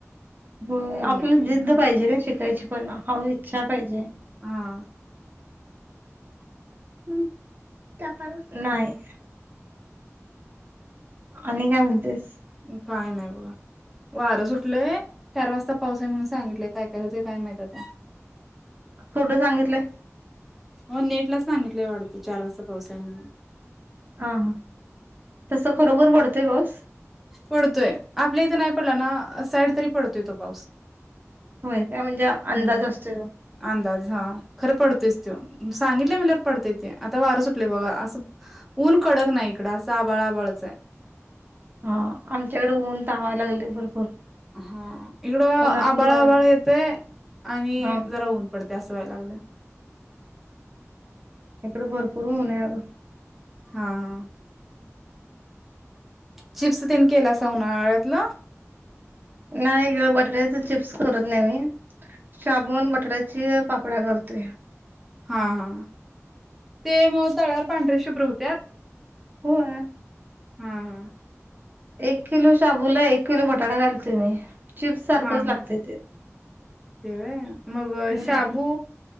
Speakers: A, on the right; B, in the centre.
A: हो
B: पूर्ण
A: आपला
B: केली
A: जिद्द
B: हा
A: पाहिजे ना, शिकायची पण ह इच्छा पाहिजे.
B: हा.
A: हम ताप आलास नाही. आणि काय म्हणतेस?
B: काय नाही बघा. वारं सुटलंय चार वाजता पाऊस आहे म्हणून, सांगितलंय काय काय होतेय काय माहित आता.
A: कुठं सांगितलं?
B: हो नेटला सांगितलंय वाढतं चार वाजता पाऊस हाय म्हणून.
A: हा हा तस खरोखर पडतोय पाऊस?
B: पडतोय आपल्या इथं नाही पडला ना, साईड तरी पडतोय अ तो पाऊस.
A: होय, त्या म्हणजे अंदाज
B: हम्म
A: असतो ओ.
B: अंदाज हा खरं पडतोयच तो सांगितले म्हणल्याव पडतय ते आता वारं सुटलयं बघा अस ऊन कडक नाही इकड असं आभाळ आभाळचं आहे.
A: ह आमच्याकडे ऊन तावाय लागलंय भरपूर.
B: हा इकडं
A: उन्हातन
B: आभाळ आभाळ येतेयं, आणि
A: हा
B: जरा ऊन पडतयं. ते अस व्हाय लागलयं.
A: इकड भरपूर ऊन हाय बघ.
B: हा हा. चिप्स तेन केलासा उन्हाळ्यातल?
A: नाही ग बटाट्याचे चिप्स करत नाही मी. शाबू आन बटाट्याची पापड्या करतोय.
B: हा हा.. ते मग तळ्यावर पांढरे शुभ्र होत्यात?
A: होय.
B: हां हां.
A: एक किलो शाबूला एक किलो बटाटा घालते मी. चिप्स सारखंच
B: हा हा
A: लागतय ते
B: ते वय मग
A: हम्म
B: शाबू